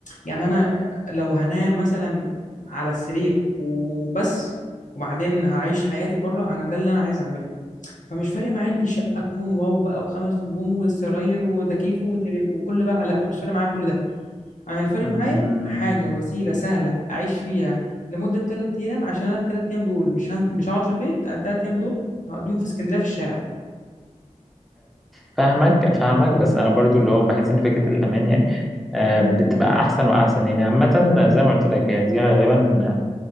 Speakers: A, on the left; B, in the centre.
A: يعني انا لو هنام مثلا على السرير وبس وبعدين هعيش حياتي بره انا ده اللي انا عايز اعمله فمش فارق معايا ان الشقه تكون واو بقى وخمس نجوم والسراير وتكييف وتل- وكل بقى لا مش فارق معايا كل ده انا الفرق معايا
B: مم.
A: حاجه وسيله سهله اعيش فيها لمده ثلاث ايام عشان انا الثلاث ايام دول مش هن... مش هقعد في البيت انا الثلاث ايام دول هقضيهم في اسكندريه في الشارع
B: فاهمك فاهمك بس انا برضو اللي هو بحس ان فكرة الامان يعني آه، بتبقى احسن واحسن يعني عامة زي ما قلت لك هي دي غالبا